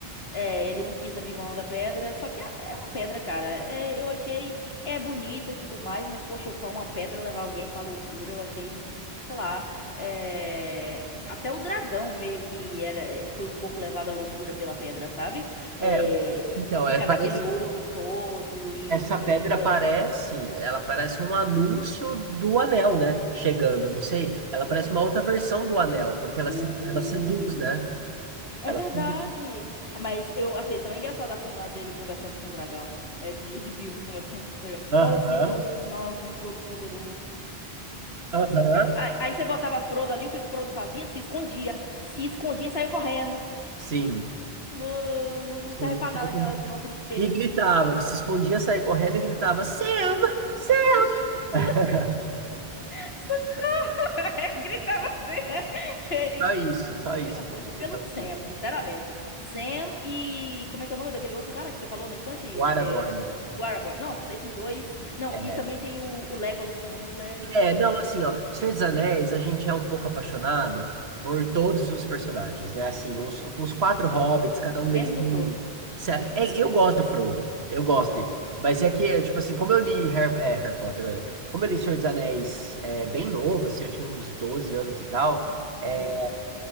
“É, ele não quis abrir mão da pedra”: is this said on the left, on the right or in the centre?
Left